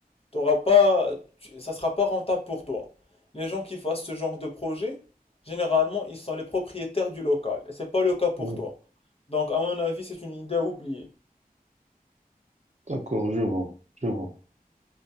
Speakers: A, on the left; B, on the right.
A: t'auras pas, tu- ça sera pas rentable pour toi. Les gens qui fassent ce genre de projet, généralement, ils sont les propriétaires du local. Et c'est pas le cas pour
B: ouais,
A: toi. Donc, à mon avis, c'est une idée à oublier.
B: d'accord, je vois, je vois.